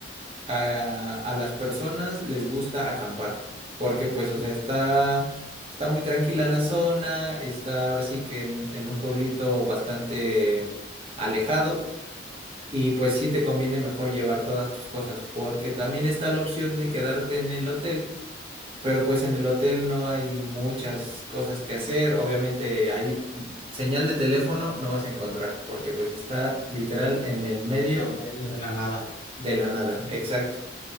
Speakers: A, on the right; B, on the left.
A: a, a las personas les gusta acampar, porque pues,
B: Ujú.
A: o sea, está, está muy tranquila la zona, está ahora sí que en, en un pueblito bastante alejado y pues sí te conviene mejor llevar todas tus cosas, porque también está la opción de quedarte en el hotel pero pues en el hotel no hay muchas cosas que hacer. Obviamente ahí mm, señal de teléfono no vas a encontrar, porque pues está literal en el medio
B: en medio de la nada.
A: de la nada, exacto.